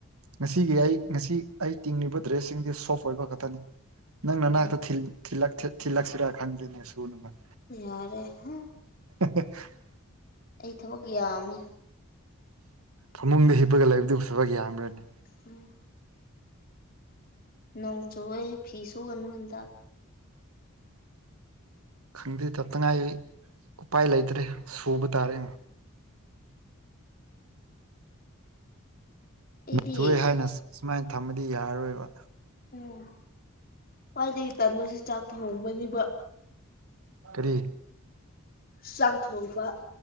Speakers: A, on the right; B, on the left.
A: ꯉꯁꯤꯒꯤ ꯑꯩ ꯉꯁꯤ ꯑꯩ ꯇꯤꯡꯂꯤꯕ ꯗ꯭ꯔꯦꯁꯁꯤꯡꯗꯤ ꯁꯣꯐ ꯑꯣꯏꯕ ꯈꯛꯇꯅꯤ ꯅꯪ ꯅꯅꯥꯛꯇ
B: ꯎꯝ
A: ꯊꯤꯜꯂꯛꯁꯤꯔꯥ ꯈꯪꯗ꯭ꯔꯤꯅꯦ ꯁꯨꯅꯕ
B: ꯌꯥꯔꯦ ꯍꯦ
A: <inaudible>
B: ꯑꯩ ꯊꯕꯛ ꯌꯥꯝꯃꯦ
A: ꯐꯃꯨꯡꯗ ꯍꯤꯞꯄꯒ ꯂꯩꯕꯗꯨ ꯊꯕꯛ ꯌꯥꯝꯕ꯭ꯔꯅꯦ
B: ꯎꯝ ꯅꯣꯡ ꯆꯨꯑꯦ ꯐꯤꯁꯨꯨꯒꯅꯨ ꯍꯥꯟ
A: ꯈꯪꯗꯦ ꯇꯉꯥꯏ ꯎꯄꯥꯏ ꯂꯩꯇ꯭ꯔꯦ ꯁꯨꯕ ꯇꯥꯔꯦ
B: ꯑꯩꯗꯤ
A: ꯅꯣꯡ ꯁꯨꯢꯌꯦ ꯍꯥꯢꯅ ꯁꯨꯃꯥꯏꯅ ꯊꯝꯃꯗꯤ ꯌꯥꯔꯔꯣꯏꯕ
B: ꯎꯝ ꯈꯣꯢꯗꯒꯤ ꯇꯟꯕꯁꯦ ꯆꯥꯛ ꯊꯣꯛꯕꯅꯤꯕ
A: ꯀꯔꯤ
B: ꯆꯥꯛꯊꯣꯡꯕ